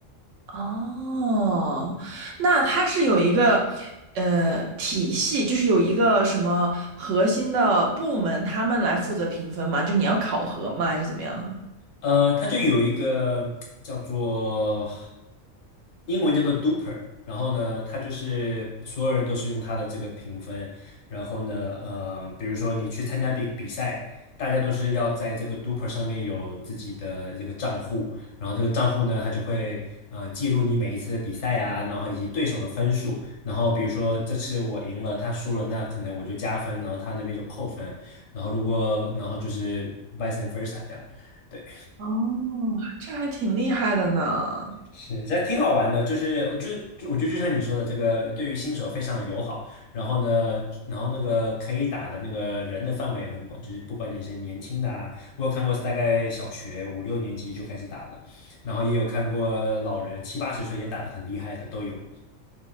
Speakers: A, on the right; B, on the left.
A: 哦，那它是有一个呃体系，就是有一个什么核心的部门，他们来负责评分吗？就你要考核吗？还是怎么样啊？
B: 呃，它就有一个叫做英文叫做 Duper，然后呢，它就是所有人都是用它的这个评分，然后呢，呃，比如说你去参加比比赛，大家都是要在这个 Duper 上面有自己的这个账户，然后这个账户呢，它就会呃记录你每一次的比赛啊，然后以及对手的分数，然后比如说这次我赢了，他输了，那可能我就加分，然后他那边就扣分，然后如果然后就是 vice versa 这样。对。
A: 哦，这还挺厉害的呢。
B: 是，这挺好玩的，就是就就我觉得就像你说的，这个对于新手非常友好。然后呢，然后那个可以打的那个人的范围也很广，就是不管你是年轻的啊，我有看过是大概小学五六年级就开始打了，然后也有看过老人七八十岁也打得很厉害的都有。